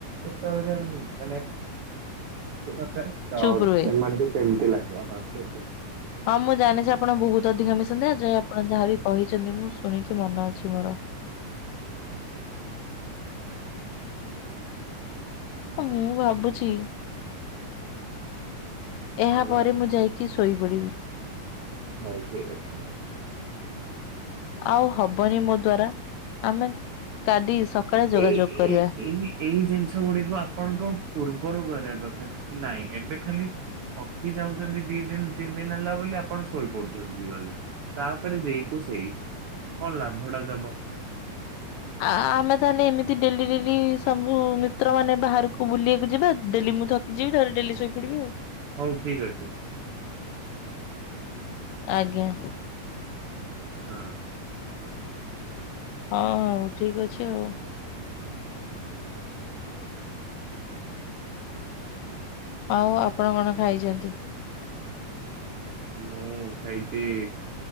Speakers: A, on the right; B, on the left.
A: ଯେତେବେଳେ ଏମ୍ ମାନେ ସେଟା ଥାଏ। ତ
B: ଚୁପ୍ ରୁହେ।
A: ସେମାନଙ୍କୁ ସେମିତି ଲାଗିବ ହଁ ଚୁପ୍
B: ହଁ ମୁଁ ଜାଣିଛି ଆପଣ ବହୁତ ଅଧିକା ମିଶନ୍ତି ଆଜା ଆପଣ ଯାହା ବିି କହିଛନ୍ତି ମୁଁ ଶୁଣିକି ମନ ଅଛି ମୋର।
A: ହଁ।
B: ମୁଁ ଭାବୁଛି ଏହା
A: କଣ
B: ପରେ
A: ଭାବୁଛ
B: ମୁଁ ଯାଇକି ଶୋଇପଡିବି।
A: ହଉ ଠିକ୍ ଅଛି।
B: ଆଉ ହବନି ମୋ ଦ୍ଵାରା ଆମେ କାଲି ସକାଳେ ଯୋଗାଯୋଗ
A: ଏଇ
B: କରିବା।
A: ଏଇ ଏଇ ଏଇ ଜିନିଷ ଗୁଡିକୁ ଆପଣଙ୍କ ପୂର୍ବରୁ କରିବା କଥା ନାଇଁ ଏବେ ଖାଲି ଥକି ଯାଉଛନ୍ତି ଦି ଦିନ୍ ତିନ୍ ଦିନ୍ ହେଲା ବୋଲି ଆପଣ ଶୋଇପଡୁଛନ୍ତି ଜଲ୍ଦି। ତାପରେ ଯେଇକୁ ସେଇ କଣ ଲାଭ ଟା ଦବ?
B: ଆ ଆମେ ତାହେଲେ ଏମିତି ଡେଲି ଡେଲି ସବୁ ମିତ୍ର ମାନେ ବାହାରକୁ ବୁଲିବାକୁ ଯିବା ଡେଲି ମୁଁ ଥ କି ଯିବି ତାପରେ ଡେଲି ଶୋଇପଡ଼ିବି ଆଉ।
A: ହଉ ଠିକ୍ ଅଛି।
B: ଆଜ୍ଞା।
A: ହଁ।
B: ହଁ ହଉ ଠିକ ଅଛି ଆଉ। ଆଉ ଆପଣ କଣ ଖାଇଛନ୍ତି?
A: ମୁଁ ଖାଇଛି